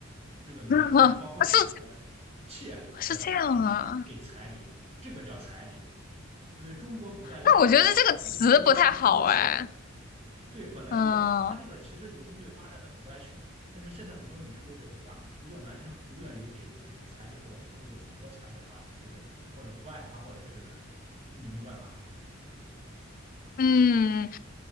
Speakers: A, on the right (about 30°); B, on the left (about 45°).
A: 这个男男方会给这个
B: <laughs> 是
A: 妾的家庭给彩礼，
B: 是这样啊。
A: 这个叫彩礼，因为中国古代一直是一夫一妻多妾制，
B: 那我觉得这个词不太好哎，
A: 对，本来就不好，
B: 嗯。
A: 它这个其实已经被发展的很歪曲了。但是现在很多女生都觉得，对吧？如果男生不愿意给自己彩礼，或者给自己很多彩礼的话，是或者不爱他，或者是你明白吧？
B: 嗯，